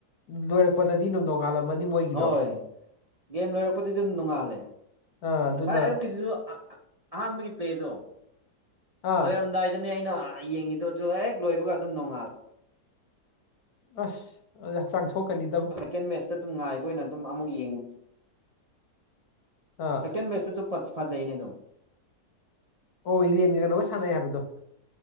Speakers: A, on the left; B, on the right.
A: ꯂꯣꯏꯔꯛ ꯄꯗꯗꯤ ꯅꯨꯡ ꯅꯣꯡꯉꯥꯜꯂꯝꯃꯅꯤ ꯃꯣꯏꯒꯤꯗꯣ
B: ꯍꯣꯏ ꯒꯦꯝ ꯂꯣꯏꯔꯛꯄꯗꯤ ꯑꯗꯨꯝ ꯅꯣꯡꯉꯥꯜꯂꯦ
A: ꯑꯥ ꯑꯗꯨꯅ
B: ꯉꯁꯥꯏ ꯑꯌꯨꯛꯀꯤꯗꯨꯁꯨ ꯑ ꯑꯍꯥꯟꯕꯒꯤ ꯄ꯭ꯂꯦꯗꯣ
A: ꯑꯥ
B: ꯂꯣꯏꯔꯝꯗꯥꯏꯗꯅꯦ ꯑꯩꯅ ꯌꯦꯡꯉꯤꯗꯣ ꯑꯗꯨ ꯍꯦꯛ ꯂꯣꯏꯕꯒ ꯑꯗꯨꯝ ꯅꯣꯡꯉꯥꯜꯂꯦ
A: ꯑꯁ ꯑꯗꯨꯗꯤ ꯍꯛꯆꯥꯡ ꯁꯣꯛꯀꯅꯤꯗꯥ
B: ꯑꯗꯨ ꯁꯦꯀꯦꯟ ꯃꯦꯠꯆꯇ ꯑꯗꯨꯝ ꯉꯥꯏꯕ ꯑꯣꯏꯅ ꯑꯗꯨꯝ ꯑꯃꯨꯛ ꯌꯦꯡꯉꯨꯅꯤ
A: ꯑꯥ
B: ꯁꯦꯀꯦꯟ ꯃꯦꯁꯁꯨ ꯑꯗꯨꯝ ꯐ ꯐꯖꯩꯅꯦꯗꯨꯝ
A: ꯑꯣ ꯏꯪꯂꯦꯟꯒ ꯀꯩꯅꯣꯒ ꯁꯥꯟꯅꯩ ꯍꯥꯏꯕꯗꯣ